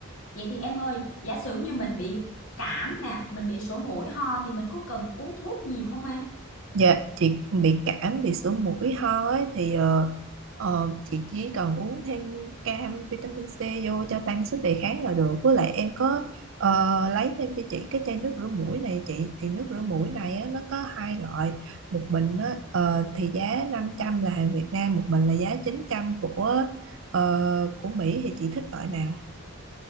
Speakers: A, on the left; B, on the right.
A: Vậy thì em ơi, giả sử như mình bị cảm nè, mình bị sổ mũi ho thì mình có cần uống thuốc nhiều không em?
B: Dạ, chị bị cảm, bị sổ mũi ho ấy, thì ờ, ờ, chị chỉ cần uống thêm cam vitamin C vô cho tăng sức đề kháng là được. Với lại em có ờ, lấy thêm cho chị cái chai nước rửa mũi này chị. Thì nước rửa mũi này á, nó có hai loại. Một bình á, ờ, thì giá 500 là hàng Việt Nam, một bình là giá 900 của ờ, của Mỹ thì chị thích loại nào?